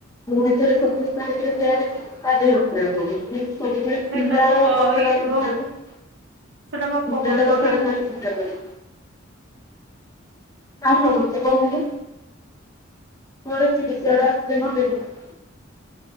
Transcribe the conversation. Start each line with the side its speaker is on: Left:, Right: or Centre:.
Left: ପୁଣି ଥରେ ସତେଇଶ ତାରିଖରେ ସେଆଡେ ଯିବୁ ତା ଦେହ ଖରାପ ହବ। ଯେତେବେଳେ
Right: ସେଇଟା
Left: ପିଲାର
Right: ତ କହିବ
Left: କଥାଟା ଚିନ୍ତା କଲୁ।
Right: ସେଟା ବା କ
Left: ପିଲାର
Right: ହବନି
Left: କଥାଟା ଫାଷ୍ଟ ଚିନ୍ତା କରି କାଇଁ ହଉଛି କହୁନୁ ଘରେ ଚିଡି ସିଆଡୁ ଆସିଲେ ନହେଲେ ଯିବୁ।